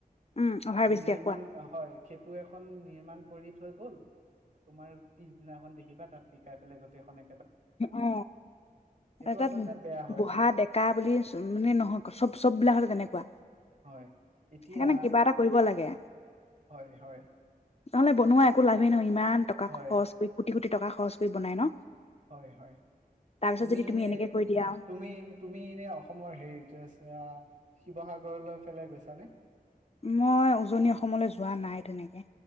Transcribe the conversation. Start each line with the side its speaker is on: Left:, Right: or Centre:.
Left: উম অভাৰ ব্ৰিজ
Right: নিৰ্মাণ
Left: দিয়া কোৱা
Right: হয় সেতু তটো এখন নিৰ্মাণ কৰি থৈ গ'ল তোমাৰ পি পিছ দিনা দেখিব তাত পিকাই পেলাই গোটেইখননে
Left: অ
Right: এইটো
Left: তাত
Right: আচলতে বেয়া হয়,
Left: বুঢ়া ডেকা বুলি মানে নহয় চব চব বিলাক হলে তেনেকুৱা
Right: হয়, এতিয়া
Left: সেইকাৰণে কিবা এটা কৰিব লাগে
Right: হয় হয়
Left: নহ'লে বনোৱা একো লাভেই নহয় ইমান টকা
Right: হয়,
Left: খৰচ কৰি কোটি কোটি টকা খৰচ কৰি বনাই ন
Right: হয় হয়
Left: তাৰপিছত
Right: তুমি
Left: যদি
Right: এনে
Left: এনেকে কৈ দিয়া
Right: তুমি তুমি এনে অসমৰ হেৰিটো আছে শিৱসাগৰলৈ ফেলে গৈছানে
Left: মই উজনি অসমলৈ যোৱা নাই তেনেকে